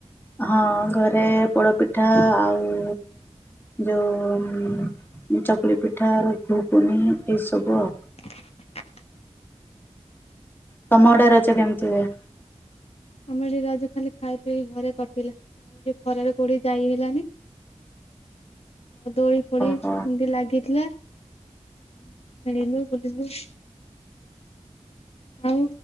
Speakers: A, on the left; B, on the left.
A: ହଁ ଘରେ ପୋଡ଼ପିଠା ଆଉ ଯଉ ଉମ୍ ଚକୁଳି ପିଠା ଆଉ ଘୁଗୁନି ଏଇସବୁ ଆଉ।
B: <inaudible>
A: ତମ ଆଡେ ରଜ କେମିତି ହୁଏ?
B: ଆମ ଏଠି ରଜ ଖାଲି ଖାଇ ପିଇ ଘରେ କଟିଲା। ଆଉ ଏ ଖରାରେ କୋଉଠିକି ଯାଇ ହେଲାନି। ଆଉ ଦୋଳିଫୋଳି
A: ଓହୋ
B: ଏମିତି ଲାଗିଥିଲା। ଖେଳିଳୁ ବୁଲିଲୁ। ଆଉ